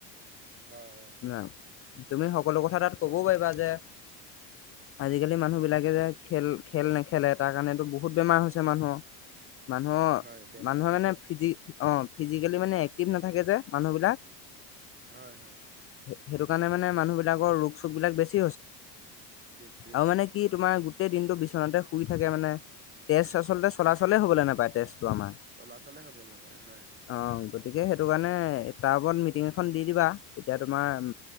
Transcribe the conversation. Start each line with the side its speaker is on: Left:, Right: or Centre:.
Right: হয় অ
Left: না তুমি সকলো কথা তাত ক'বও পাৰিবা যে আজিকালি মানুহ বিলাকে যে খেল খেল নেখেলে তাৰ কাৰণেতো বু বহুত বেমাৰ হৈছে মানুহৰ মানুহৰ
Right: হয় বেমাৰটো
Left: মানুহৰ মানে
Right: হৈছে
Left: ফিজি অ ফিজিকেলি মানে এক্টিভ নাথাকে যে মানুহবিলাক
Right: হয় হয়
Left: সেইটো কাৰোনে মানুহ বিিলাকৰ ৰোগ চোগ বিিলাক বেছি
Right: বেছি
Left: আৰু
Right: হৈছে।
Left: মানে কি তোমাৰ গোটেই দিনটো বিচনাতে শুই থাকে মানে তেজ আচলতে চলাচলে হবলৈ নাপায় তেজটো আমাৰ
Right: চলাচলে হ'ব নাপায় হয় হয়
Left: অ গতিকে সেইটো কাৰণে তাৰ ওপৰত মিটিং এখন দি দিবা তেতিয়া তোমাৰ